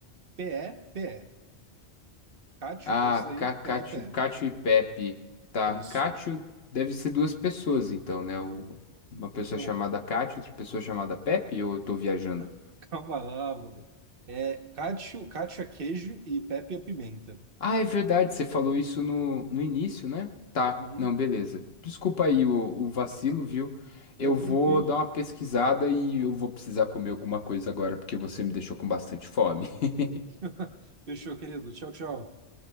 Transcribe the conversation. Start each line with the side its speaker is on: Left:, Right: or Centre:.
Right: P-E-P-E. Cátio,
Left: Ah,
Right: é isso aí,
Left: Cacatio,
Right: P-E-P-E.
Left: Cátio e Pepe. Tá,
Right: Isso.
Left: Cátio deve ser duas pessoas, então, né? O- uma pessoa
Right: Não,
Left: chamada Cátio, outra pessoa chamada Pepe, ou eu tô viajando?
Right: <laughs> calma lá, mano. É Cátio, Cátio é queijo e Pepe é pimenta.
Left: Ah, é verdade, você falou isso no, no início, né? Tá,
Right: Uhum,
Left: não, beleza. Desculpa aí o, o vacilo, viu? Eu
Right: tá tranquilo.
Left: vou dar uma pesquisada e eu vou precisar comer alguma coisa agora, porque você me deixou com bastante fome. <laughs>
Right: <laughs> Fechou, querido. Tchau, tchau.